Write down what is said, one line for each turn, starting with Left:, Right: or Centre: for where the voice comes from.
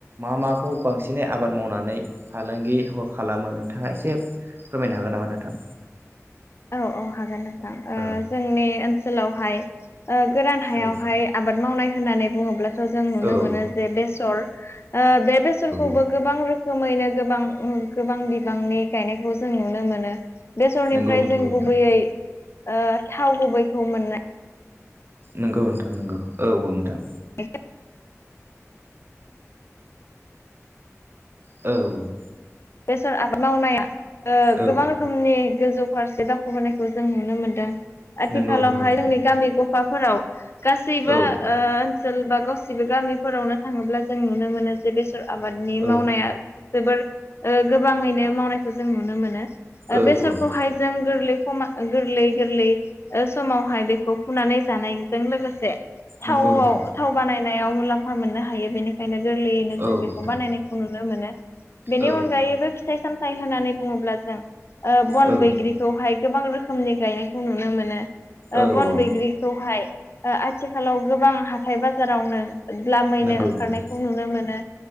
Right: मा माखौ बांसिनै आबाद मावनानै फालांगि हख खालामो नोंथाङा एसे फोरमायनो हागोन नामा नोंथां।
Left: औ औ हागोन नोंथां ओ-जोंनि
Right: औ
Left: ओनसोलावहाय। ओ-गोरान हायावहाय
Right: औ
Left: आबाद मावनाय होननानै बुङोब्लाथ जों नुनो
Right: औ
Left: मोनो जे बेसर। ओ-बे बेसरखौबो
Right: औ
Left: गोबां रोखो रोखोमैनो गोबां गोबां बिबांनि गायनायखौ जों नुनो मोनो बे
Right: नंगौ
Left: ओमफ्राय
Right: नंगौ
Left: जों
Right: नोंथां
Left: गुबैयै ओ-थाव गुबैखौ मोननाय
Right: नंगौ नोंथां नंगौ औ औ नोंथां।
Left: <unintelligible>
Right: औ औ
Left: बेसोर आबाद मावनाया
Right: औ
Left: गोबां ओ-रोखोमनि‌। गोजौ फारसे दावाखबोनायखौ जों नुनो मोनदों आथिखालावहाय
Right: नंगौ नंगौ नोंथां
Left: जोंनि गामि गफाफोराव। गासैबो
Right: औ
Left: ओ-ओनसोल बा गासैबो गामिफोरावनो थाङोब्ला जों नुनो मोनो जे बेस आबादनि
Right: औ
Left: मावनाया जोबोर गोबाङैनो मावनायखौ जों नुनो मोनो।
Right: औ
Left: बेसरखौहाय
Right: औ
Left: जों गोरलै। सम गोरलै गोरलै समावहाय बेखौ फुनानै जानायजों लोगोसे। थाव
Right: नंगौ नोंथां
Left: थाव बानायनायाव मुलाम्फा मोननो हायो बेनिखायनो। गोरलैयैनो जों
Right: औ
Left: बेखौ
Right: नोंथां
Left: बानायनायखौ नुनो मोनो बेनि
Right: औ
Left: अनगायैबो फिथाइ सामथाइ। होननानै बुङोब्ला जों बन
Right: औ
Left: बैग्रिखौहाय गोबां रोखोमनि गायनायखौ नुनो मोनो।
Right: औ
Left: ओ-बन
Right: औ
Left: बैग्रिखौहाय ओ-आथिखालाव गोबां हाथथाय बाजारावनो। मैनो
Right: नंगौ
Left: ओंखारनायखौ
Right: नोंथां
Left: नुनो मोनो